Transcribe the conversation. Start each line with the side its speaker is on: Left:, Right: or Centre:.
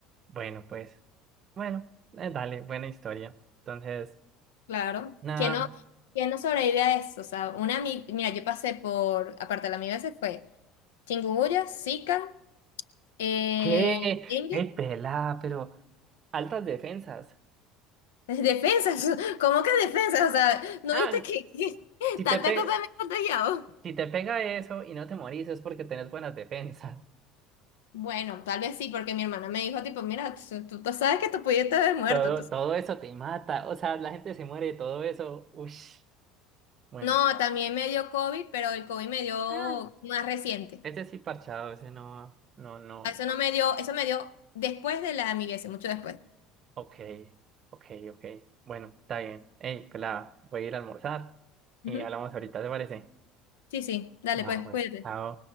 Right: bueno, pues, bueno, eh, dale, buena historia. Entonces,
Left: claro.
Right: nada,
Left: ¿Quién no, quién no sobrevive a eso? O sea, una ami- mira, yo pasé por, aparte de la amibiasis fue chikungunya, Zika, eh,
Right: ¿qué?
Left: dengue
Right: Ey, pelá, pero altas defensas.
Left: <laughs> Defensas, ¿cómo que defensas? O sea, ¿no
Right: Ah,
Left: viste que, <laughs> que
Right: si
Left: tantas
Right: te pe-
Left: cosas me he contagiado?
Right: si te pega eso y no te morís es porque tenés buenas defensas.
Left: Bueno, tal vez sí, porque mi hermana me dijo, tipo, mira, tú, tú- tú sabes que tú pudiste haber muerto,
Right: Todo,
Left: entonces.
Right: todo eso te mata, o sea, la gente se muere de todo eso. Ush, bueno.
Left: No, también me dio COVID, pero el COVID me dio
Right: Ah,
Left: más reciente.
Right: ese sí parchado, ese no, no, no.
Left: Eso no me dio, eso me dio después de la amigáis, mucho después.
Right: Ok, ok, ok. Bueno, está bien. Hey, pues la voy a ir a almorzar y
Left: Ujú.
Right: hablamos ahorita, ¿te parece?
Left: Sí, sí, dale,
Right: Va,
Left: pues,
Right: pues,
Left: cuídate.
Right: chao.